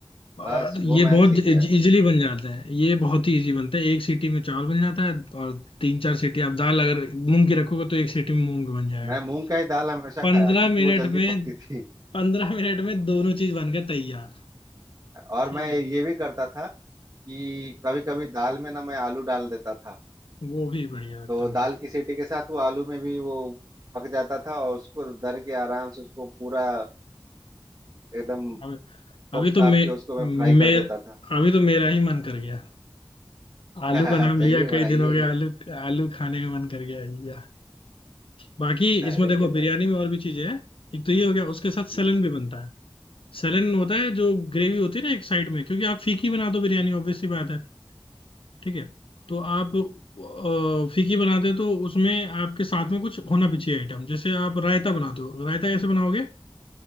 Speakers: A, on the right; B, on the left.
A: बस
B: और
A: वो
B: ये
A: मैं
B: बहुत
A: सीख गया
B: इजीली बन जाता है ये बहुत ही इजी बनता है एक सीटी में चावल बन जाता है और तीन चार सीटी आप दाल अगर मूंग की रखोगे तो एक सीटी में मूंग बन जाएगा
A: मैं मूंग का ही दाल हमेशा
B: पंद्रह
A: खाया क्योंकि
B: मिनट
A: वो जल्दी
B: में
A: पकती थी
B: पंद्रह मिनट में दोनों चीज बनकर तैयार
A: और
B: ठीक
A: मैं
B: है
A: ये भी करता था कि कभी कभी दाल में ना मैं आलू डाल देता था
B: वो भी बढ़िया लगता
A: तो
B: है
A: दाल
B: मुझे
A: की सीटी के साथ वो आलू में भी वो पक जाता था और उसको दर के आराम से उसको पूरा एकदम
B: अभी
A: तोप
B: अभी तो
A: ताप
B: मे,
A: के उसको मैं
B: मे,
A: फ्राई कर देता था
B: अभी तो मेरा ही मन कर गया
A: <laughs>
B: आलू का नाम
A: हाँ, चाहिए
B: लिया कई
A: बनाइए
B: दिन हो गए आलू आलू खाने में मन कर गया या बाकी इसमें
A: अरे
B: देखो
A: गजब
B: बिरयानी में और भी चीजें हैं एक तो ये हो गया उसके साथ
A: हम्म
B: सलन भी बनता है सेलन होता है जो ग्रेवी होती है ना एक साइड में क्योंकि आप फीकी बना दो बिरयानी ऑब्वियसली बात है ठीक है तो आप अ, फीकी बनाते हो तो उसमें आपके साथ में कुछ होना भी चाहिए आइटम जैसे आप रायता बनाते हो रायता कैसे बनाओगे